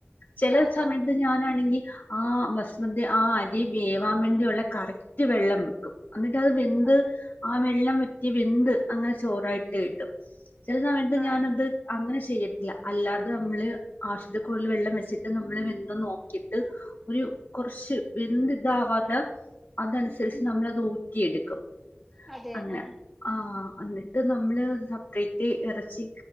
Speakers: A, on the left; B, in the centre.
A: ചില
B: ആ
A: സമയത്ത്
B: ആ
A: ഞാനാണെങ്കിൽ ആ ബസുമതി ത് ആ അരി വേവാൻ വേണ്ടിയുള്ള കറക് റ്റ് വെള്ളം വെക്കും എന്നിട്ട് അത് വെന്ത്
B: അതെ
A: ആ വെള്ളം ഈ വെന്ത് അങ്ങനെ ചോറായിട്ട് കിട്ടും ചില സമയത്ത്
B: ആ
A: ഞാനത്
B: ആ
A: അങ്ങനെ ചെയ്യും ല്ല അല്ലാതെ നമ്മള് ആശുത്തിക്കുറിൽ വെള്ളം വെച്ചിട്ട് നമ്മള് വെന്ത നോക്കിട്ട് ഒരു കുറച്ച് വെന്ത് ഇതാവാത്ത അതനുസരിച്ച്
B: ഉം ഉം
A: നമ്മളത് ഊറ്റിയെടുക്കും
B: അതെ
A: അങ്ങനെ
B: ആ
A: ആ എന്നിട്ട് നമ്മള് സെപ്പറേറ്റ് ഇറച്ചി